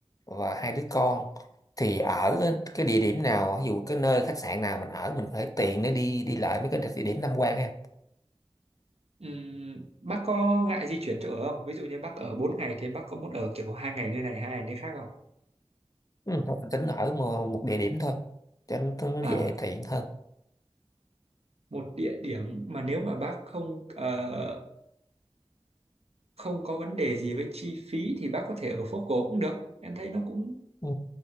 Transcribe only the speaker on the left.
và hai đứa con thì ở cái cái địa điểm nào, ví dụ cái nơi khách sạn nào mình ở mình phải tiện để đi đi lại mấy cái địa điểm tham quan ha.
Ừ, thôi anh tính ở một, một địa điểm thôi cho nó, cho nó
dễ tiện hơn.
Ừ,